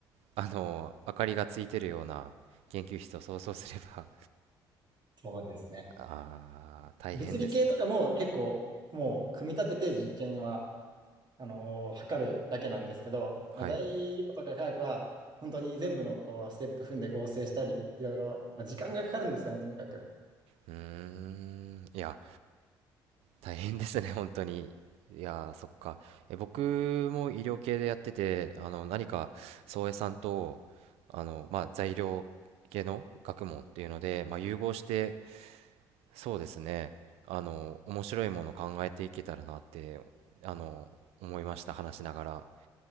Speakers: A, on the right (about 75°); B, on the right (about 45°).
A: あの明かりがついてるような研究室を想像すれば
B: そうですね。
A: <laughs> あー大変ですね
B: 物理系とかも結構もう組み立てて実験はあのー測るだけなんですけど、
A: はい
B: まあ、材料とか科学は本当に全部のこうステップ踏んで合成したり、いろいろ、まあ、時間がかかるんですよね、とにかく。
A: うーんいや大変ですね本当にいやーそっかえ僕も医療系でやっててあの何か宗江さんとあの、まあ、材料系の学問っていうので、まあ、融合してそうですねあの面白いものを考えていけたらなってあの思いました話しながら